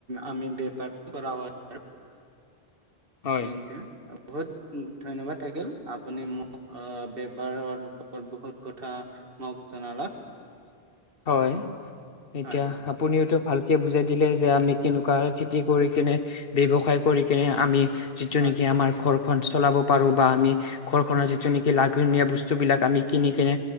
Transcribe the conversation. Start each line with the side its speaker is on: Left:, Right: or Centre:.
Right: আমি বেপাৰ কৰা হয়।
Left: হয়,
Right: এট বহুত। ধন্যবাদ থাকিল আপুনি মোক বেপাৰৰ ওপৰত বহুত কথা। মোক জনালা।
Left: হয়। এতিয়া
Right: হয়
Left: আপুনিওটো ভালকে বুজাই দিলে যে আমি কেনেকুৱা খেতি কৰি কিনে। ব্যৱসায় কৰি কিনে আমি। যিটো
Right: হয়
Left: নেকি আমাৰ ঘৰখন চলাব পাৰো বা আমি ঘৰ খনৰ যিটো নেকি। লাগনীয়া বস্তু বিলাক আমি কিনি কেনে